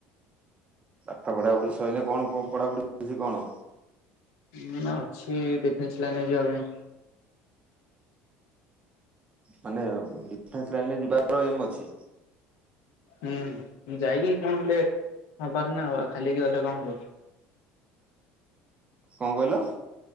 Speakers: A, on the right (about 25°); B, on the left (about 75°).
A: ପାଠା ପଢା ପଢି ସଇଲେ କଣ ପଢାପଢିଅଛି କଣ?
B: ମୁଁ ଏଇନା ଅଛି ଡିଫେନ୍ସ ଲାଇନ୍ ରେ ଯିବା ପାଇଁ।
A: ମାନେ ଡିଫେନ୍ସ ଲାଇନରେ ଯିବାର ଏମ୍ ଅଛି?
B: ହୁଁ ଯାଇକି କଣ ହେଲେ ହବାର ନା ଆଉ ଖାଲି ଗଲେ କଣ ହବ?
A: କଣ କହିଲ?